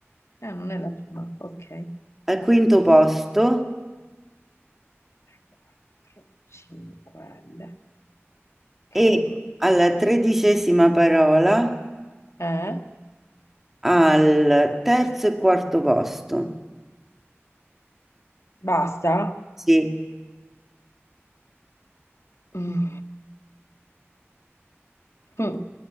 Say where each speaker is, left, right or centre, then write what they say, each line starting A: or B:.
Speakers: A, on the left; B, in the centre.
A: Eh, non è la prima. Ok. 3,
B: al quinto posto
A: 4, 5 L. Ok.
B: e alla tredicesima parola,
A: Eh,
B: al terzo e quarto posto.
A: basta.
B: Sì.
A: Mm. Mm.